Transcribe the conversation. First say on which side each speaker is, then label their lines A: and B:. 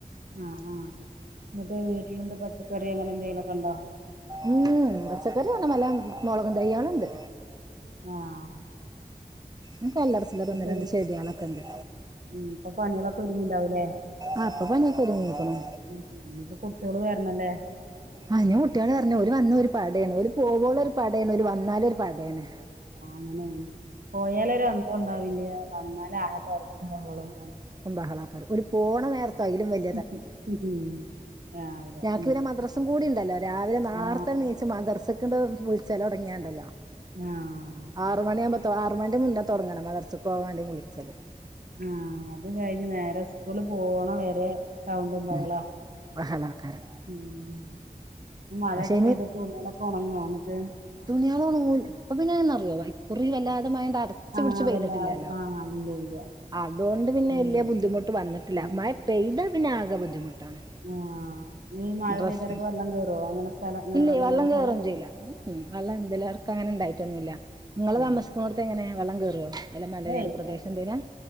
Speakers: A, on the right; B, on the right.
A: ആഹ് ആഹ് ന്നട്ട് വീട്ടിലെന്ത പച്ചക്കറി അങ്ങനെ എന്തെലൊക്കെണ്ടോ
B: ഉം പച്ചക്കറി അങ്ങനെ <unintelligible> മുളകും തൈയ്യേള്ണ്ട്
A: ആഹ്
B: അങ്കല്ലർച്ചില്ലറ ഒന്ന് രണ്ട്
A: ഒരു
B: ചെട്യേളൊക്കെണ്ട്
A: ഉം ഇപ്പൊ പണികളൊക്കെ ഒരുങ്ങിണ്ടാവുലേ
B: ആ ഇപ്പൊ പണിയൊക്കെ ഒരുങ്ങിക്ക്ണു
A: ഉം കുട്ട്യോള് വര്ണല്ലേ
B: ആഹ് ഞ് കുട്ട്യേള് വരണം ഓല് വന്നോരു പടേണ് ഓല് പോവോളു ഒരു പടേണ് ഓല് വന്നാലൊരു പടേണ്
A: ആങ്ങനേണ് പോയാലരു അന്തം ഉണ്ടാവില്ല വന്നാൽ ആകെ തെര്കും ബഹളവും
B: ബഹളാക്കാര ഓല് പോണ നേരത്ത് അയിലും വെൽ
A: <unintelligible>
B: ഞാക്
A: ഉം.
B: പിന്നെ മദ്രസും കൂടിണ്ടല്ലോ രാവിലെ നാർത്തെനീച്
A: ആ.
B: മദ്രസ്ക്ണ്ട് വിളിച്ചലൊട്ങ്യാണ്ടല്ലോ
A: ആഹ്
B: ആറ് മണി ആവുമ്പോ തോ ആറ് മണിന്റെ മുന്നേ തുടങ്ങണം മദ്രസക്ക് പോവാണ്ടേ വിളിച്ചല്
A: ആഹ് അത് കഴിഞ്ഞ് നേരെ സ്കൂളിൽ പോണ വരെ താഉമ്പ ബഹളാ
B: ഉം ബഹളാക്കാരം
A: ഉം മഴയൊക്കെ
B: പക്ഷെ
A: പെയ്ത തുണികളൊക്കെ ഒണങ്ങു എന്നിട്ട്
B: തുണ്യേളൊണങ്ങൂല ഇപ്പൊപിനെ ന്നറിയോ വൈ കുറി വല്ലാതെ മഴണ്ട് അട ച്ച്
A: ആഹ്
B: പിടിച്ച് പെയ്തിട്ടില്ലല്ലോ
A: വല്ലാ ആഹ് ഇല്ല ഇല്ല
B: അതോണ്ട് പിന്നെ
A: ഉം
B: വല്ല്യ ബുദ്ധിമുട്ട് വന്നിട്ടില്ല
A: ഉം
B: മഴ പെയ്താ പിന്നെ ആകെ ബുദ്ധിമുട്ടാണ്
A: ആഹ് ഈ മഴ
B: ഡ്രസ്സ്
A: പെയ്തരൊക്കെ വെള്ളം കേറോ അങ്ങനെ സ്ഥലം അങ്ങനെ
B: ഇല്ലേ
A: വെള്ളം കേർന്ന
B: കേറും
A: സ്ഥല
B: ചെയ്യില്ല ഉം ഉം വെള്ളം എന്തിലറക്കങ്ങനെ ണ്ടായിട്ടൊന്നുല്ല ഇങ്ങള്
A: ആഹ്
B: താമസിക്കുന്നോട്ത്തെങ്ങനെ വെള്ളം കേറോ അല്ല മലയോര
A: ഏയ്
B: പ്രദേശം എന്തേയ്നാ